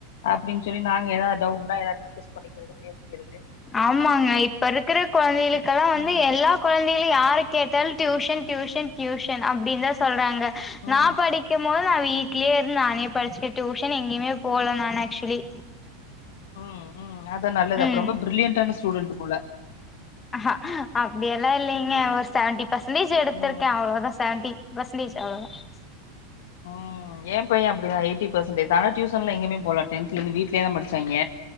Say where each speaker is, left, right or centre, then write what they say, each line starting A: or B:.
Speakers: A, on the left; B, on the left.
A: அப்படின்னு சொல்லி நாங்க ஏதாவது டவுட்னா ஏதாவது டிஸ்கஸ் பண்ணிக்கிறது பேசிக்கிறது
B: ஆமாங்க இப்ப இருக்கிற குழந்தைகளுக்கெல்லா வந்து
A: ம்
B: எல்லா குழந்தைகளு யாருக்கு கேட்டால் டியூஷன் டியூஷன் டியூஷன் அப்படின்னு தா சொல்றாங்க
A: ம்
B: நா படிக்க படிக்கும்போது நா வீட்லயே இருந்து நானே படிச்சுக்க டியயூஷன் எங்கேயுே போல நா ஆக்சுவலி
A: ம் ம் அதா நல்லது
B: ம்
A: அப்ப ரொம்ப பிரில்லியன்டான ஸ்டூடண்டட் போல
B: அ அப்படியெல்லா இல்லைங்க ஒரு செவன்டிி பர்சன்டேஜ் எடுத்திருக்கே
A: ம்
B: அவ்ளோதா செவன்டி பெர்சென்ட்டேஜ் அவ்ளோதா <inaudible>
A: ம் ஏ பையனு அப்படிதா எயிட்டி பெர்சன்டேஜ் ஆனா டியூஷன் எங்கமே போல டென்த் ல வீட்லயே தா படிச்சாங்க